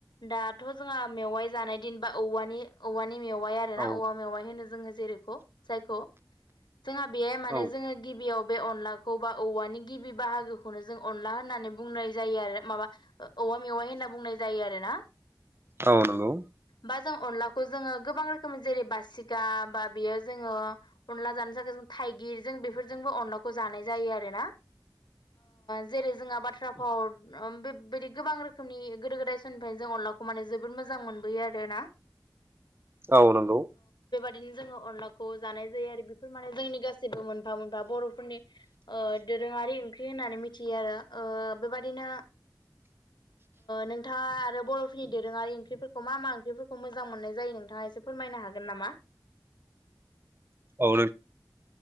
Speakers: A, on the left; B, on the right.
A: दाथ' जोंहा मेवाइ जानाय दिनबा औवानि औवानि मेवाइ आरोना
B: औ
A: औवा मेवाइ होनो जोङो जेरैखौ जायखौ। जोंहा बेयाय माने
B: औ
A: जोङो गिबियाव बे अनलाखौ बा औवानि गिबि बाहागोखौनो जों अनला होननानै बुंनाय जायो आरो माबा ओ औ औेवा मेवाइ होनना बुंनाय जायो आरो ना।
B: औ नोंगौ।
A: बा जों अनलाखौ जोङो गोबां रोखोम जेरै बासिगा बा बियो जोङो अनला जानो जागा जों थाइगिरजों बेफोरजोंबो अनलाखौ जानाय जायो आरो ना।
B: <inaudible>
A: जेरै जोंहा बाथ्रा भाव बेबायदि गोबां रोखोमनि गोदो गोदाय समनिफ्राय जों अनलाखौ माने जोबोद मोजां मोनबोयो आरोना।
B: औ नंगौ।
A: बिदिनो जोङो अनलाखौ जानाय जायो आरो बेफोर माने जोंनि गासैबो मोनफा मोनफा बर'फोरनि ओ दोरोङारि ओंख्रि होननानै मिथियो आरो ओ बेबादिनो नोंथाङा आरो बर'फोरनि दोरोङारि ओंख्रिफोरखौ मा मा ओंख्रि। बेफोरखौ मोजां मोननाय जायो नोंथाङा एसे फोरमायनो हागोन नामा?
B: औ नों